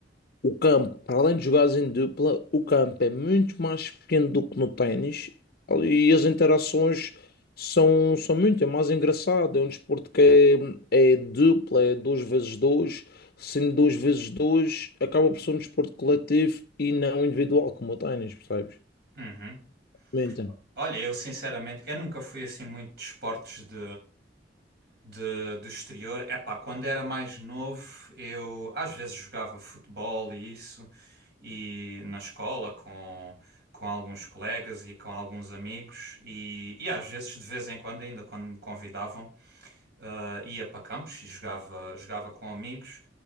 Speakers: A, on the left (about 55°); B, on the right (about 60°).
A: o campo, para além de jogares em dupla, o campo é muito mais pequeno do que no ténis e as interações são, são muito, é mais engraçado. É um desporto que é, é dupla, é dois vezes dois, sendo dois vezes dois, acaba por ser um desporto coletivo e não individual, como o ténis, percebes?
B: Uhum.
A: Então,
B: Olha, eu sinceramente, eu nunca fui assim muito de esportes de, de, do exterior. Epá, quando era mais novo, eu às vezes jogava futebol e isso, e na escola com, com alguns colegas e com alguns amigos, e, e às vezes, de vez em quando, ainda quando me convidavam ah, ia para campos e jogava, jogava com amigos.